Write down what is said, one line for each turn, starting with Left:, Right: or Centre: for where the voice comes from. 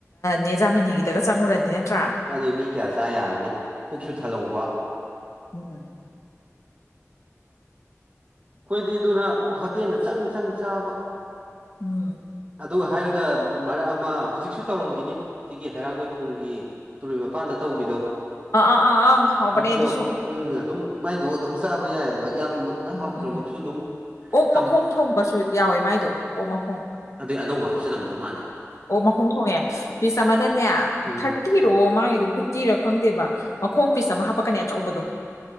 Left: ꯅꯦ ꯖꯥꯃꯤꯅꯤꯒꯤꯗꯒ ꯆꯪꯉꯨꯔꯗꯤ ꯅꯠꯇ꯭ꯔꯥ
Right: ꯎꯝ ꯑꯗꯨ ꯃꯤ ꯀꯌꯥ ꯆꯥ ꯌꯥꯔꯅꯤ ꯄꯨꯛꯁꯨ ꯊꯜꯍꯧꯕ
Left: ꯎꯝ
Right: ꯑꯩꯈꯣꯏꯗꯤ ꯑꯗꯨꯅ ꯍꯣꯇꯦꯜꯗ ꯆꯪ ꯆꯪ ꯆꯥꯕ
Left: ꯎꯝ
Right: ꯑꯗꯨꯒ ꯍꯥꯏꯔꯒ ꯃꯔꯛ ꯑꯃ ꯍꯧꯖꯤꯛꯁꯨ ꯇꯧꯔꯝꯈꯤꯅꯤ ꯁꯤꯒꯤ ꯍꯩꯔꯥꯡꯒꯣꯏ ꯊꯣꯡꯒꯤ ꯇꯨꯔꯦꯜ ꯃꯄꯥꯟꯗ ꯇꯧ ꯇꯧꯕꯤꯗꯣ
Left: ꯑꯥ ꯑꯥ ꯑꯥ ꯑꯥ ꯍꯥꯎꯕꯅꯦ
Right: ꯑꯗꯨꯗꯣ
Left: ꯑꯗꯨꯁꯨ
Right: ꯎꯝ ꯑꯗꯨꯝ ꯃꯥꯏꯗꯣ ꯑꯗꯨꯝ ꯆꯥꯕ ꯌꯥꯏꯑꯕ ꯌꯥꯝꯃꯛꯅꯥꯎ
Left: ꯎꯝ
Right: ꯇꯃꯛꯁꯨ
Left: ꯎꯝ
Right: ꯑꯗꯨꯝ
Left: ꯑꯣꯛ
Right: ꯀꯝ
Left: ꯃꯈꯣꯡ ꯊꯣꯡꯕꯁꯨ ꯌꯥꯎꯋꯦ ꯃꯥꯏꯗꯣ ꯑꯣꯛ ꯃꯈꯣꯡ
Right: ꯑꯗꯨꯗꯩ ꯑꯅꯧꯕ ꯍꯥꯞꯆꯜꯂꯝꯗꯧ ꯃꯥꯂꯦ
Left: ꯑꯣ ꯃꯈꯨꯝ ꯊꯣꯡꯉꯦ ꯄꯤꯁ ꯑꯃꯗꯅꯦ
Right: ꯎꯝ
Left: ꯊꯥꯔꯇꯤꯔꯣꯑꯣ ꯃꯥꯥꯡ ꯑꯗꯨ ꯐꯤꯐꯇꯤꯔ ꯈꯪꯗꯦꯕ ꯃꯈꯣꯡ ꯄꯤꯁ ꯑꯃ ꯍꯥꯞꯄꯛꯀꯅꯤ ꯑꯆꯧꯕꯗꯣ